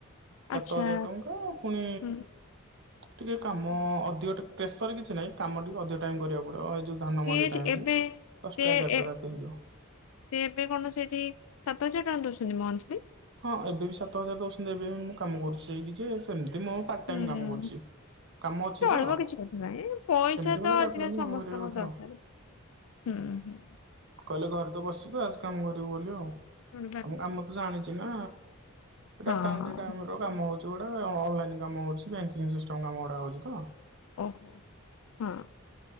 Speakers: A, on the right (about 60°); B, on the left (about 70°).
A: ସାତ
B: ଆଚ୍ଛା
A: ହଜାର ଟଙ୍କା ଫୁଣି
B: ହୁଁ
A: ଟିକେ କାମ ଅଧିକ ଟ ପ୍ରେସର କିଛି ନାହିଁ କାମ ଟିକେ ଅଧିକ ଟାଇମ କରିବାକୁ ପଡିବ। ଏଇ ଯଉ ଧାନମଣ୍ଡି
B: ସିଏ ଏଠି
A: ଟାଇମ
B: ଏବେ
A: ରେ ଦଶଟା
B: ସେ
A: ଏଗାରଟା
B: ଏ
A: ରାତି ହେଇଯିବ।
B: ସେ ଏବେ କଣ ସେଠି ସାତ ହଜାର ଟଙ୍କା ଦଉଛନ୍ତି ମନ୍ଥଲି?
A: ହଁ, ଏବେ ବି ସାତ ହଜାର ଦଉଛନ୍ତି। ଏବେ ବି ମୁଁ କାମ କରୁଛି ଯାଇକି ଯେ ସେମିତି ମୁଁ ପାର୍ଟ
B: ହୁଁ।
A: ଟାଇମ କାମ କରୁଛି। କାମ ଅଛି
B: ଚଳିବ
A: ତ
B: କିଛି କଥା ନହିଁ ପଇସା
A: ସେମିତି ମତେ
B: ତ ଆଜିକାଲି
A: ଡାକୁଛନ୍ତି
B: ସମସ୍ତଙ୍କ
A: କାମ କରିବା କଥା
B: ଦରକାର।
A: ଆଉ।
B: ହୁଁ ହୁଁ।
A: କହିଲେ ଘରେ ତ ବସି ତୁ ଆସ କାମ କରିବୁ ବୋଲି। ଆଉ
B: ହୁଁ।
A: ଆମ ଆମ ତ ଜାଣିଛି ନା।
B: ହଁ
A: ଡାଟା ଏଣ୍ଟ୍ରି କାମ ହଉଛି। ଗୁଟେ ଅନଲାଇନ କାମ ହଉଛି ବ୍ୟାଙ୍କିଙ୍ଗ ସିଷ୍ଟମ କାମ ଗୁଡା ହଉଛି ତ।
B: ଓହୋ ହଁ